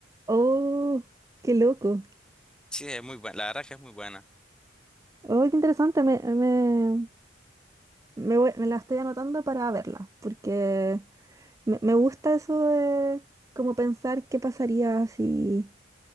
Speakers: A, on the right; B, in the centre.
A: oh, qué loco.
B: Sí, es muy buena, la verdad que es muy buena.
A: Oh, qué interesante. Me, me, me voy- me la estoy anotando para verla, porque me, me gusta eso de como pensar qué pasaría si,